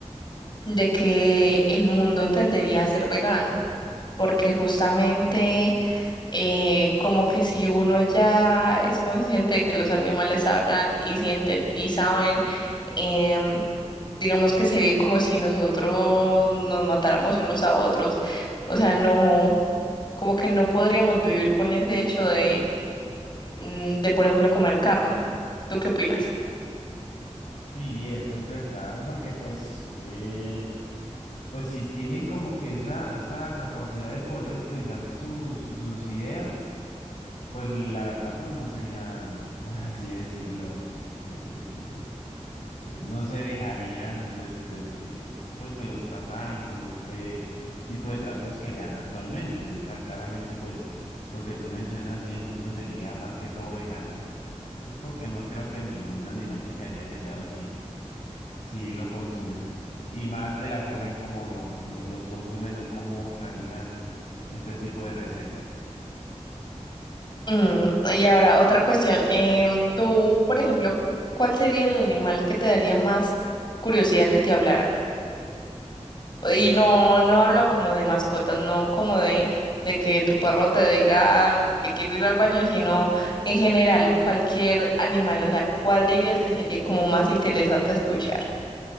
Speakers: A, on the left (about 40°); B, on the left (about 70°).
A: mm, de que el mundo tendería a ser vegano, porque justamente eh, como que si uno ya es consciente de que los animales hablan y sienten y saben, em, digamos que sería como si nosotros nos matáramos unos a otros. O sea, no, como que no podríamos vivir con ese hecho de, mm, de, por ejemplo, comer carne. ¿Tú qué opinas?
B: Sí, eso es verdad, porque pues... eh, Pues si tienen como que esa, esa capacidad de poder expresar su- su- sus ideas, pues la verdad pues no serían, <laughs> por así decirlo, <laughs> eh, eh, no se dejarían pues, ten- eh, pues que los trataran con este tipo de tratos que le dan actualmente. O sea, claramente pues lo que tú mencionas, sí, el mundo sería más que todo vegano, ¿sí? Porque no creo que ningún animal se quedaría callado si Sí, lo consumen. Y más de la forma en cómo lo, lo- los consumen o cómo realizan este tipo de recetas.
A: Mm, y ahora, otra cuestión. em, tú, por ejemplo, ¿cuál sería el animal que te daría más curiosidad que te hablara? Y
B: Vale.
A: no, no hablo como de mascotas, no como de, de que tu perro te diga que quiere ir al baño, sino en general cualquier animal, o sea, ¿cuál dirías que sería como más interesante escuchar?